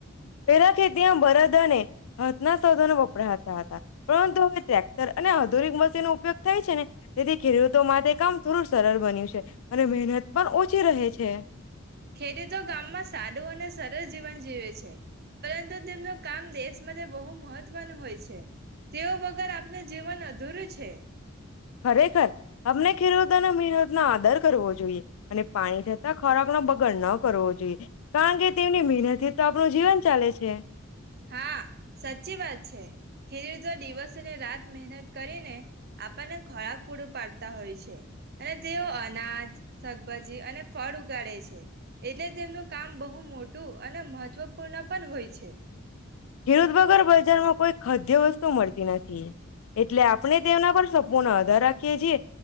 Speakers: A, on the left (about 85°); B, on the right (about 50°).
A: પેલા ખેતીમાં બરદ અને હથના સાધનો વપરાત તા હતા. પરંતુ હવે ટ્રેક્ટર અને આધુરિક મશીનો ઉપયોગ થાય છે ને તેથી ખેડૂતો માટે કામ થોડું સરળ બન્યું છે. અને મહેનત પણ ઓછી રહે છે.
B: ખેડૂતો ગામમાં સાદું અને સરળ જીવન જીવે છે. પરંતુ તેમનું કામ દેશ માટે બહુ મહત્વનું હોય છે. તેઓ વગર આપનું જીવન અધૂરું છે.
A: ખરેખર અમને ખેરૂતોને મીરત ના આદર કરવો જોઈએ. અને પાણી થતાં ખોરાકનો બગાડ ન કરવો જોઈએ. કારણ કે તેમની મહેનતે તો આપ પણું જીવન ચાલે છે.
B: હા, સાચી વાત છે. ખેરૂતો દિવસ તને રાત મહેનત કરેને આપણને ખોરાક પૂરું પાડતા હોય છે. અને તેઓ અનાજ, શાકભાજી અને ફળ ઉગાડે છે. એટલે તેમનું કામ બહુ મોટું અને મહત્વપૂર્ણ પન હોય છે.
A: ખેડૂત વગર બજારમાં કોઈ ખાદ્ય વસ્તુ મળતી નથી એટલે આપણે તેના પર સપૂના હત ધા રાખીએ છીએ